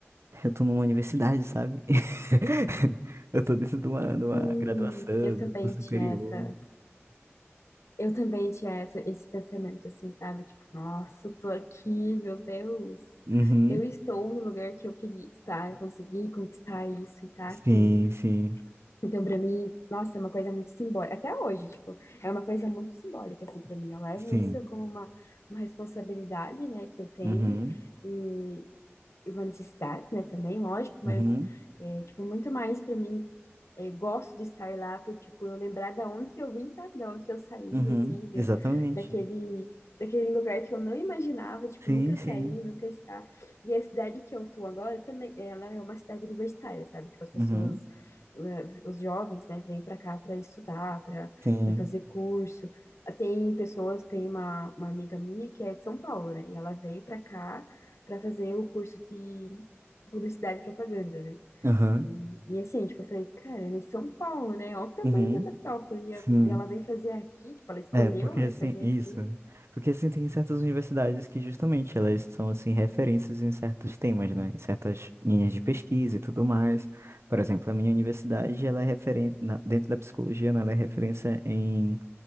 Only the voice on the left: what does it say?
Sim,
eu também
tinha
essa, eu também tinha essa, esse pensamento assim, sabe? Tipo, nossa, eu tô aqui, meu Deus.
Eu estou no lugar que eu queria estar, eu consegui conquistar isso e tá
aqui.
Então, pra mim, nossa, é uma coisa muito simbólica. Até hoje, tipo, é uma coisa muito simbólica, assim, pra mim. Eu levo
isso como uma, uma responsabilidade, né, que eu tenho.
E, uma necessidade, né, também, lógico, mas,
é, tipo, muito mais para mim, é, gosto de estar lá por, tipo, eu lembrar da onde que eu vim, sabe, da onde que eu saí,
assim, de,
daquele, daquele lugar que eu não imaginava, tipo,
nunca
sair, nunca estar. E a cidade que eu tô agora também, ela é uma cidade universitária, sabe, tipo, as pessoas,
eh, os jovens, né, vêm para cá para estudar, para
para fazer curso, tem pessoas, tem uma, uma amiga minha que é de São Paulo, né? E ela veio para cá para fazer o curso de publicidade e propaganda, né?
E, e assim, tipo, eu falei, cara, ela é em São Paulo, né? Olha o tamanho
da metrópole. E
a- e ela veio fazer aqui, tipo, ela escolheu,
né,
fazer
aqui.